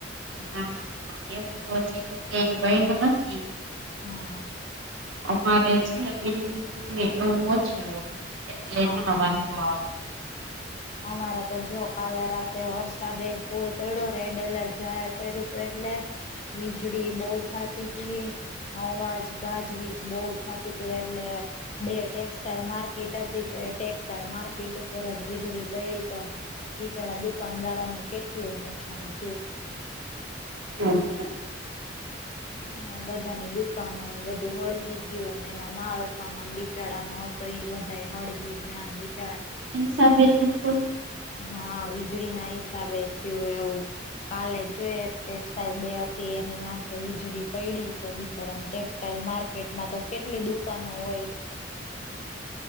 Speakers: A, on the right (about 85°); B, on the left (about 35°).
A: હા, એવું તો, હજી તો કય બય ન નથી.
B: હા.
A: અમારે છે ને, બિલ્ડંગ એવું ઓછું હોય, એટલે
B: હા
A: ના વાંધો આવે.
B: અમારા તો જો કાલે રાતે વરસાદે ફૂલ પડ્યો, રેડ એલર્ટ જાહેર કર્યું હતું, એટલે વીજળી બહુ થતી હતી, અવાજ ગાજવીજ બહુ થતું. એટલે બે ટેક્સટાઇલ માર્કેટ હતી, તો એ ટેક્સટાલ માર્કેટ ઉપર જ વીજળી. ગેડી તો, બિચારા દુકાનદારોને કેટલું નુકસાન થયું.
A: હા.
B: હ, બધાની દુકાનોને બધું હળગી ગયું, એમાં માલ સામાન બિચાર ન તો એ બધા હળગી, જ્ઞાન, વિચારણ.
A: સાબ બે છું.
B: હા, વીજળી ના હિસાબે થયું એવું. કાલે જોઈ એક ટેક્સટાઈલ બે હતી, એની માથે વીજળી પડી તો, બિચારાને ટેક્સ <unintelligible> ઇલ માર્કેટમાં તો કેટલી દુકાનો હોય.
A: હ <unintelligible>